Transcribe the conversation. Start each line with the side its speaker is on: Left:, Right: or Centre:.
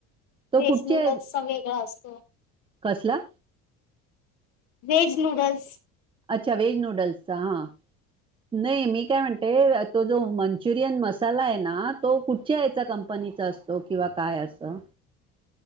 Right: तो
Left: व्हेज
Right: कुठचे
Left: नूडल्सचा वेगळा असतो.
Right: कसला
Left: वेज नूडल्स.
Right: अच्छा व्हेज नूडल्सचा हां नाही मी काय म्हणते तो जो मंचुरियन मसाला आहे ना तो कुठच्या याचा कंपनीचा असतो किंवा काय असं...